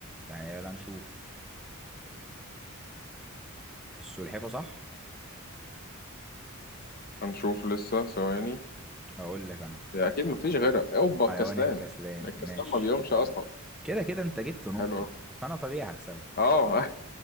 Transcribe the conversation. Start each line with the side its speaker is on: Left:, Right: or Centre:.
Centre: تعال نشوف السلحفة صح
Left: هنشوف لسه ثواني
Centre: هقول لك انا
Left: يا اكيد مفيش غيرها اوبا
Centre: حيوان
Left: الكسلان
Centre: الكسلان
Left: الكسلان
Centre: ماشي
Left: ما بيقومش اصلا
Centre: كده كده انت جبت نقطة
Left: حلو أوي.
Centre: فانا طبيعي هكسبك
Left: اه